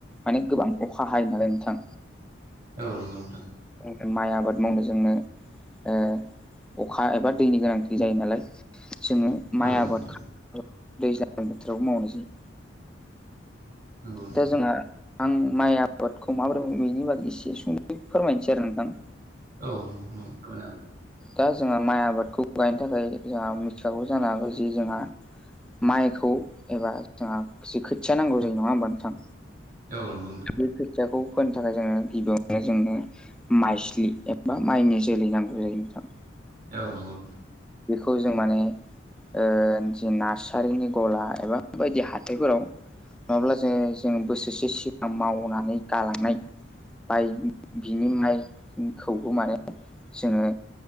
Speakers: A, in the centre; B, on the right.
A: माने गोबां अखा हायो नालाय नोंथां
B: औ नोंगौ नोंथां।
A: जों माइ आबाद मावनो जोंनो ओ अखा एबा दैनि गोनांथि जायो नालाय जोङो माइ
B: औ नंगौ
A: आबाद
B: नोंथां
A: दैज्लां बोथोरावबो मावनाय जायो।
B: नंगौ नोंथां
A: दा जोंहा आं माइ आबादखौ माबोरै बेनि बागै एसे सुंद फोरमायनोसै आरो नोंथां।
B: औ फोरमायनो हागोन।
A: दा जोंहा माइ आबादखौ गायनो थाखाय जोंहा मिथिखागौ जानो हागौ जि जोंहा माइखौ एबा जोंहा खोथिया नांगौ जायो नङा होमबा नोंथां?
B: औ नंगौ नोंथां।
A: बे खोथियाखौ फोनो थाखाय जोङो गिबियावनो जोंनो माइज्लि एबा माइनि जोलै नांगौ जायो नोंथां।
B: औ नंगौ।
A: बेखौ जों माने ओ जि नारसारिनि गला एबा बायदि हाथाइफोराव नङाब्ला जों जों बोसोरसे सिगां मावनानै गालांनाय माइ बिनि माइखौबो माने जोङो